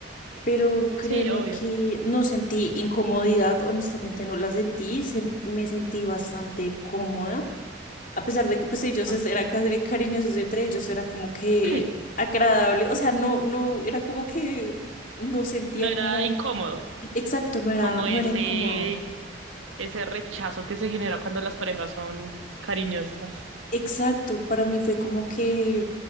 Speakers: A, on the left; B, on the right.
A: Pero créeme
B: Sí, obvio.
A: que no sentí incomodidad, honestamente no la sentí, sen- me sentí bastante cómoda. a pesar de que pues ellos
B: Ah.
A: es- eran cari- cariñosos entre ellos, era como que
B: <laughs>
A: agradable, o sea, no, no, era como que no sentía
B: No era
A: como,
B: incómodo,
A: exacto, no era,
B: como
A: no
B: ese,
A: era incómodo,
B: ese rechazo que se genera cuando las parejas son cariñosas.
A: exacto, para mí fue como que,